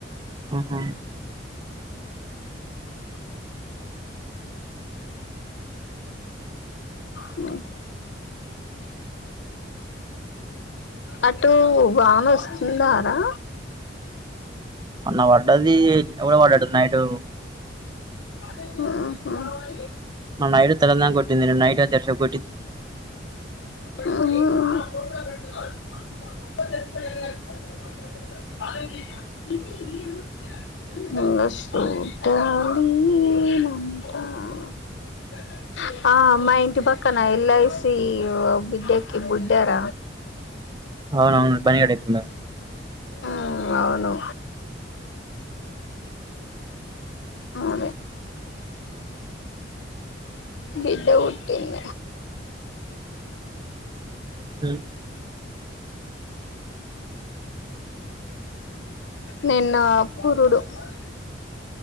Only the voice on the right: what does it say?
ఆహా
మొన్న పడ్డాది ఎ పడ్డాట్టు నైట్
మ అయిదు తలల కో నిన్న నైట్ జర సేపు
అవునవును ప్రవీణ్ గాడు చెప్పిండా
అ